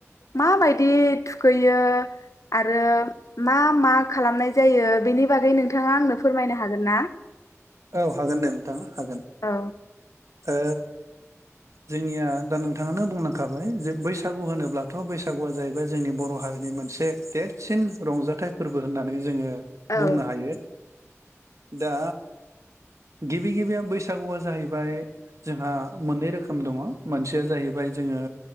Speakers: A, on the left; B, on the right.
A: माबायदियै थुखैयो आरो मा मा खालामनाय जायो बेनि बागै नोंथाङा आंनो फोरमायनो हागोन ना?
B: औ हागोन दे नोंथां हागोन।
A: औ
B: ओ जोंनिया दा नोंथाङानो बुंलांखाबाय जे बैस सागु होनोब्लाथ' बैसागुआ जाहैबाय जोंनि बर' हारिनि मोनसे देरसिन रंजाथाइ फोरबो होननानै जोङो
A: औ
B: बुंनो हायो। दा गिबि गिबिया बैसागुआ जाहैबाय जोंहा मोननै रोखोम दङ'। मोनसेया जाहैबाय जोङो